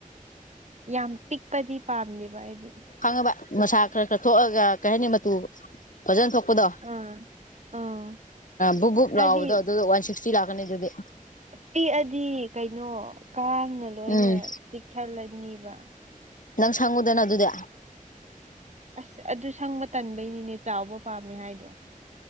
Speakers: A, on the right; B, on the left.
A: ꯌꯥꯝ ꯄꯤꯛꯄꯗꯤ ꯄꯥꯝꯅꯦꯕ ꯍꯥꯏꯗꯤ
B: ꯈꯪꯉꯕ ꯃꯁꯥ ꯈꯔ ꯈꯔ ꯊꯣꯛꯑꯒ ꯀꯩ ꯍꯥꯏꯅꯤ ꯃꯇꯨ ꯐꯖꯅ ꯊꯣꯛꯄꯗꯣ
A: ꯑꯥ ꯑꯥ
B: ꯕꯨꯛ ꯕꯨꯛ
A: ꯍꯥꯏꯗꯤ
B: ꯂꯥꯎꯕꯗꯣ ꯑꯗꯨ ꯋꯥꯟ ꯁꯤꯛꯁ ꯁꯤ ꯂꯥꯛꯀꯅꯤ ꯑꯗꯨꯗꯤ
A: ꯄꯤꯛꯑꯗꯤ ꯀꯩꯅꯣ ꯀꯥꯡꯅ ꯂꯣꯏꯅ
B: ꯎꯝ
A: ꯆꯤꯛꯊꯜꯂꯅꯤꯕ
B: ꯅꯪ ꯁꯪꯉꯨꯗꯅ ꯑꯗꯨꯗꯤ
A: ꯑꯁ ꯑꯗꯨ ꯁꯪꯕ ꯇꯟꯕꯩꯅꯤꯅꯦ ꯆꯥꯎꯕ ꯄꯥꯝꯃꯦ ꯍꯥꯏꯗꯣ